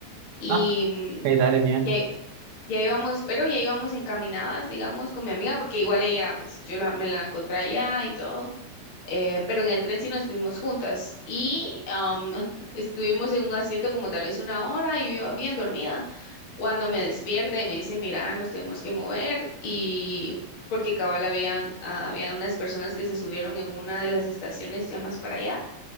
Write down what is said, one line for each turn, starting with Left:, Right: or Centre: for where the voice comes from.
Left: Y
Right: Ah,
Left: mm,
Right: ok, dale, bien.
Left: ya, ya íbamos, pero ya íbamos encaminadas, digamos, con mi amiga, porque igual ella, pues yo la, me la encontré allá y todo. eh, pero en el tren sí nos fuimos juntas y am, <laughs> estuvimos en un asiento como tal vez una hora y yo iba bien dormida cuando me despierta y me dice, mira, nos tenemos que mover y porque cabal habían, ah, habían unas personas que se subieron en una de las estaciones ya más para allá